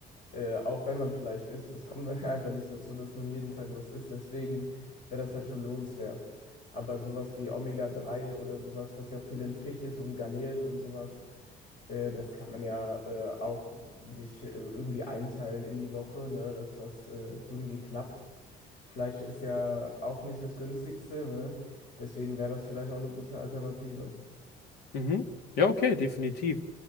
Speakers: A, on the left; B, on the left.
A: Äh, auch wenn man Fleisch isst, es kommt <laughs> einfach nicht dazu, dass man jeden Tag was isst. Deswegen wäre das halt schon lohnenswert. Aber sowas wie Omega-3 oder sowas, was ja auch viel in Fisch ist und Garnelen und sowas, äh, das kann man ja äh, auch sich äh, irgendwie einteilen in die Woche, ne, dass das äh, irgendwie klappt. Fleisch ist ja auch nicht das günstigste, ne? Deswegen wäre das vielleicht auch eine gute Alternative.
B: Mhm. Ja, okay, definitiv.